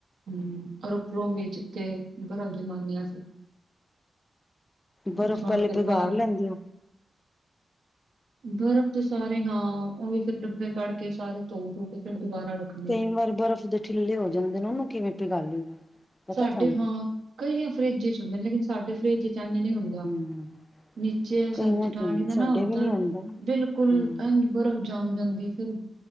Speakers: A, on the right; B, on the left.
A: ਹੂੰ ਔਰ ਉਪਰੋਂ ਵੀ ਜਿੱਥੇ ਬਰਫ਼ ਜਮਾਨੇ ਆ ਅਸੀ
B: ਬਰਫ਼
A: ਇਧਰੋਂ
B: ਪਹਿਲੇ
A: ਫਿਰ
B: ਪਿਘਾਰ
A: ਬਾਰੋਂ
B: ਲੈਂਦੇ ਹੋ।
A: ਬਰਫ਼ ਦੇ ਸਾਰੇ ਹਾਂ, ਉਹ ਵੀ ਫਿਰ ਡੱਬੇ ਕੱਢ ਕੇ, ਸਾਰੇ ਧੋ ਧੂ ਕੇ ਫਿਰ ਦੁਬਾਰਾ ਰਖ
B: ਕਈ ਵਾਰ ਬਰਫ਼ ਦੇ ਠਿੱਲੇ ਹੋ ਜਾਂਦੇ ਨੇ ਨਾ ਉਨੂੰ ਕਿਵੇਂ ਪਿਗਾਲੀ ਦਾ? ਪਤਾ
A: ਸਾਡੇ
B: ਤੁਹਾਨੂੰ
A: ਹਾਂ ਕਈਆਂ ਫਰਿੱਜ ਚ ਹੁੰਦੇ ਨੇ ਲੇਕਿਨ ਸਾਡੇ ਫਰਿੱਜ ਚ ਇੰਜ ਨੀ ਹੁੰਦਾ।
B: ਹੂੰ
A: ਨੀਚੇ
B: ਕਈਆਂ
A: ਸਾਡੀ ਜਠਾਣੀ
B: ਚ
A: ਦਾ
B: ਸਾਡੇ
A: ਨਾ ਉੱਧਰ
B: ਵੀ ਨੀ ਆਉਂਦਾ
A: ਬਿਲਕੁਲ
B: ਹੂੰ।
A: ਇੰਜ ਬਰਫ ਜਮ ਜਾਂਦੀ ਫਿਰ